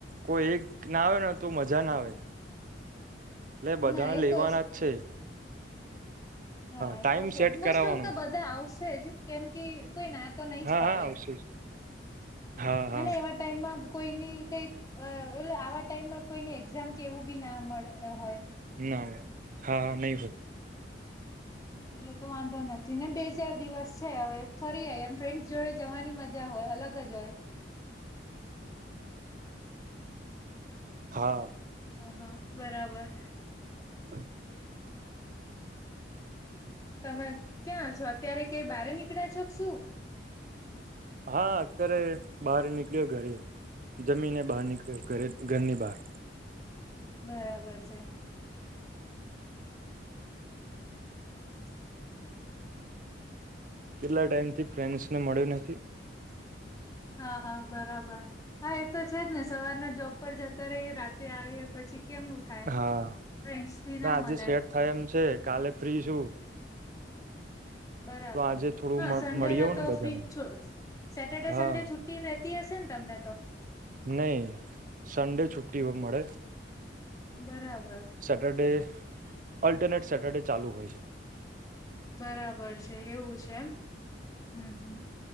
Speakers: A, on the right; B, on the left.
A: કોઈ એક ના આવે તો મજા ના આવે એટલે બધાને
B: ના એ
A: લેવાના
B: તો
A: જ છે,
B: હા એ
A: ટાઈમ
B: તો છે
A: સેટ
B: મોસ્ટ
A: કરાવવાનો
B: ઓફ તો બધા આવશે જ કેમ કે કોઈ ના તો નઈ
A: હા
B: જ પાડે
A: હા આવશે જ હા હા
B: અને એવા ટાઈમમાં કોઈની કઈ એટલે આવા ટાઈમમાં કોઈની એક્ઝામ કેવું બી નડતું હોય,
A: ના હા હા નહી હોય
B: એટલે તો વાંધો નથી ને બે ચાર દિવસ છે હવે ફરી આ એમ ફ્રેન્ડસ જોડે જવાની મજા હોય, અલગ જ હોય.
A: હા
B: હ હા બરાબર
A: હમ્મ
B: તમે ક્યાં છો અત્યારે કઈ બહાર નીકળ્યા છો કે શું?
A: હા, અત્યારે બહાર નીકળ્યો ઘરે જમીને બહાર નીકળ્યો. ઘરે ઘરની બાર
B: બરાબર છે, <unintelligible>
A: કેટલા ટાઈમ થી ફ્રેન્સ ને મળ્યો નથી,
B: હા હા બરાબર હા એ તો છે, જ ને સવારના જોબ પર જતા રહીયે રાતે આવીએ પછી કેમનું થાય
A: હા
B: ફ્રેન્ડસની ના
A: આજે
B: મલાય
A: સેટ થાય એમ છે કાલે ફ્રી છું,
B: બરાબર
A: તો આજે થોડું
B: હા
A: મળ
B: સન્ડે
A: મળી
B: ના
A: આવું
B: તો
A: ને બધાને
B: ફ્રી સેટરડે
A: હા
B: સડે છુટ્ટી રહે તી હશે ને તમને તો?
A: નહી સન્ડે છુટ્ટી મળે
B: બરાબર
A: સેટરડે અલ્ટરનેટ સેટરડે ચાલુ હોય છે,
B: બરાબર છે, એવું છે એમ હમ્મ હમ્મ